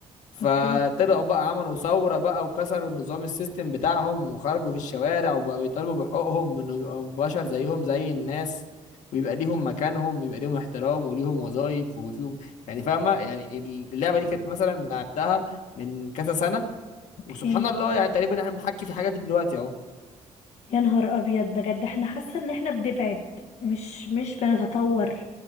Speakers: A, on the left; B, on the left.
A: فطلعوا
B: اوكي
A: بقى عملوا ثورة بقى وكسروا النظام السيستم بتاعهم وخرجوا في الشوارع وبقى بيطالبوا بحقوقهم انه يبقوا بشر زيهم زي الناس ويبقى ليهم مكانهم ويبقى ليهم احترام وليهم وظائف وفيهم يعني فاهمة يعني اللعبة دي كانت مثلا لعبتها من كذا سنة
B: اوكي
A: وسبحان الله يعني تقريبا احنا بنحكي في الحاجات دي دلوقتي اهو
B: يا نهار ابيض بجد احنا حاسة ان احنا بنبعد مش مش بنتطور